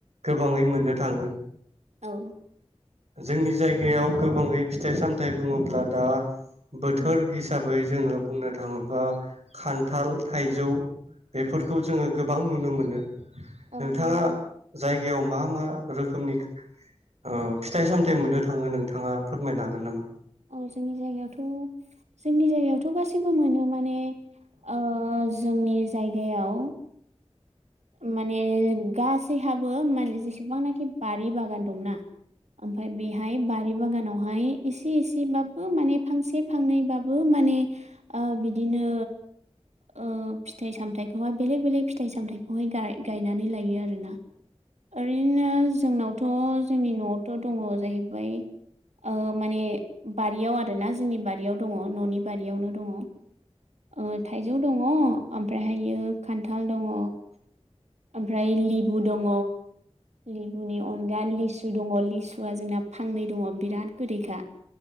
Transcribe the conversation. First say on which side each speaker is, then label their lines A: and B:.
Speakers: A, on the right; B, on the right.
A: गोबाङै मोननो थाङो।
B: औ।
A: जोंनि जायगायाव गोबाङै फिथाइ सामथाइ बुङोब्ला दा बोथोर
B: उम
A: हिसाबै जोङो बुंनो थाङोबा खान्थाल, थाइजौ बेफोरखौ जोङो गोबां नुनो मोनो।
B: औ
A: नोंथाङा
B: नंगौ
A: जायगायाव मा मा रोखोमनि ओ फिथाइ सामथाइ मोननो थाङो नोंथाङा फोरमायनो हागोन नामा?
B: औ जोंनि जायगायावथ' जोंनि जायगायावथ' गासैबो मोनो माने ओ जोंनि जायगायाव माने गासैहाबो माने जेसेबांनाखि बारि बागान दंना ओमफ्राय बेहाय बारि बागानावहाय एसे एसेबाबो माने फांसे फांनैबाबो माने ओ बिदिनो ओ फिथाइ सामथाइखौहाय बेलेग बेलेक फिथाइ सामथाइखौ गायनानै लायो आरोना ओरैनो जोंनावथ' जोंनि न'आवथ' दङ जाहैबाय ओ माने बारियाव आरोना जोंनि बारियाव दङ न'नि बारियावनो दङ ओ थाइजौ दङ ओमफ्रायहाय बियो खान्थाल दङ, ओमफ्राय लिबु दङ, लेबुनि अनगा लिसु दङ लिसु, लिसुआ जोंना फांनै दङ बिराद गोदैखा,